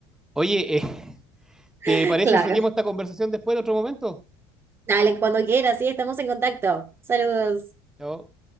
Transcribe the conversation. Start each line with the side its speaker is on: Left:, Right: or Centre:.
Centre: Oye, eh, ¿te
Right: <laughs>
Centre: parece
Right: Claro.
Centre: si seguimos esta conversación después en otro momento?
Right: Dale, cuando quieras, sí, estamos en contacto. Saludos.
Centre: Chao.